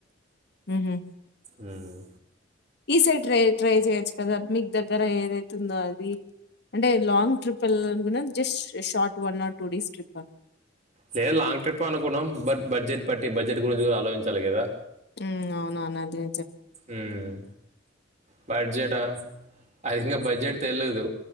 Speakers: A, on the left; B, on the right.
A: ఉహు
B: ఉమ్
A: ఈ సైడ్ ట్రై ట్రై చేయొచ్చు కదా మీక్ దగ్గర ఏదైతుందో అది అంటే లాంగ్ ట్రిప్ వెళ్ళాళనుకున్నారా just short one or two days trip అ.
B: లేద్ లాంగ్ ట్రిప్ అనుకున్నాం బట్ బడ్జెట్ పట్టి బడ్జెట్ గురించి గూడాలోచించాలి కదా.
A: ఉమ్ అవునవునదే.
B: ఉమ్ బడ్జెట అదింగా బడ్జెట్ తేల్లేదు